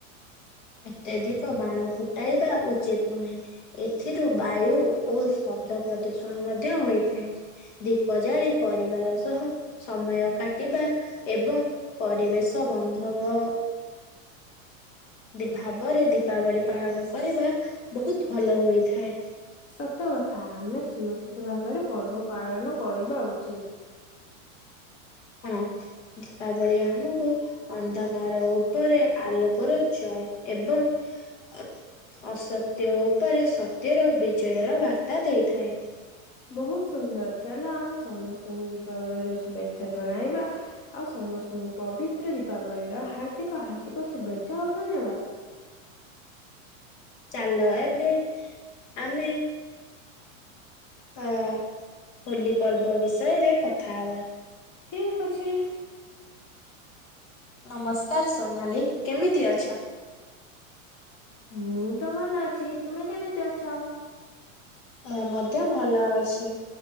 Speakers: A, on the left (about 65°); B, on the left (about 25°).
A: ଅତ୍ୟଧିକ ବାଣ ଫୁଟାଇବା ଉଚିତ ନୁହେଁ। ଏଥିରୁ ବାୟୁ ଓ ଶବ୍ଦ ପ୍ରଦୂଷଣ ମଧ୍ୟ ହୋଇଥାଏ। ଦୀପ ଜାଳି ପରିବାର ସହ ସମୟ କାଟିବା। ଏବଂ ପରିବେଶ ବନ୍ଧବ। ଭାବରେ ଦୀପାବଳି ପାଳନ କରିବା ବହୁତ ଭଲ ହୋଇଥାଏ।
B: ସତକଥା ଆମେ ସୁରକ୍ଷିତ ଭାବରେ ପର୍ବ ପାଳନ କରିବା ଉଚିତ।
A: ହଁ ଦୀପାବଳି ଆମକୁ ଅନ୍ଧକାର ଉପରେ ଆଲୋକର ଜୟ ଏବଂ ଅ ଅସତ୍ୟ ଉପରେ ସତ୍ୟର ବିଜୟର ବାର୍ତ୍ତା ଦେଇଥାଏ।
B: ବହୁତ୍ ସୁନ୍ଦର୍ ଚାଲ ଆମେ ସମସ୍ତଙ୍କୁ ଦୀପାବଳିର ଶୁଭେଚ୍ଛା ଜଣାଇବା। ଆଉ ସମସ୍ତଙ୍କୁ ପବିତ୍ର ଦୀପାବଳି ର ହାର୍ଦ୍ଦିକ ହାର୍ଦ୍ଦିକ ଶୁଭେଚ୍ଛା ଆଉ ଧନ୍ୟବାଦ।
A: ଚାଲ ଏବେ ଆମେ ଅ ହୋଲି ପର୍ବ ବିଷୟରେ କଥା ହବା।
B: ଠିକ୍ ଅଛି।
A: ନମସ୍କାର ସୋନାଲି କେମିତି ଅଛ?
B: ମୁଁ ତ ଭଲ ଅଛି। ତୁମେ କେମିତି ଅଛ?
A: ମୁଁ ମଧ୍ୟ ଭଲ ଅଛି।